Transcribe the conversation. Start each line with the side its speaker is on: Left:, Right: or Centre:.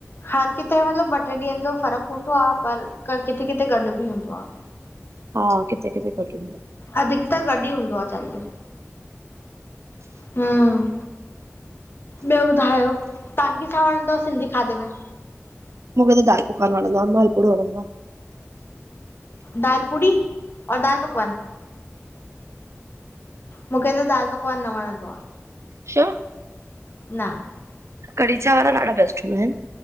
Left: हर किथे मतिलबु ॿ ट्रे ॾींहंनि जो फ़र्क़ु हूंदो आ पर किथे किथे गॾु ॿि हूंदो आ।
Right: हा किथे किथे गॾु हुंदो आ।
Left: अधिकतर गॾु ई हूंदो आ चंडु। हुं, ॿियो ॿुधायो? तांहांखे छा वणंदो तव? सिंधी खादे में
Right: मुखे त दाल पकवान वणंदो आ माल पूड़ो वणंदो आ।
Left: दाल पुड़ी और दाल पकवान मुखे त दाल पकवान न वणंदो आ।
Right: छो?
Left: न।
Right: कढ़ी चावर डाढा बेस्ट हुंदाइन।